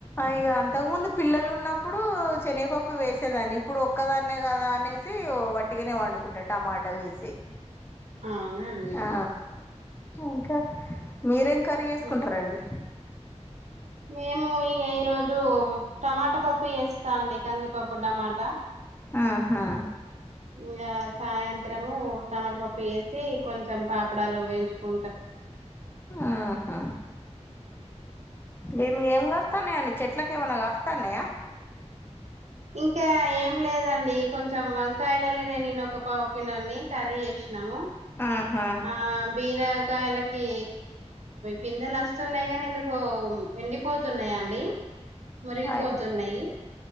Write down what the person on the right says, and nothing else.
అవునా అండి
హ్మ్. మేము ఈ ఈరోజు టమాటా పప్పు చేస్తా అండి కందిపప్పు టమాటా
ఇంగా సాయంత్రము టమాటపప్పు వేసి కొంచెం పాపడాలు వేయించుకు
ఇంకా ఏం లేదండి కొంచెం కొంచెం వంకాయలు వెళ్లినయ్ నిన్ను ఒక పావుకిలన్నీ కర్రీ చేసి సినము
ఆ బీర కాయలకి పిందలు వస్తున్నాయి కానీ ఎందుకో ఎండిపోతున్నాయాండి మురిగిపోతున్నాయి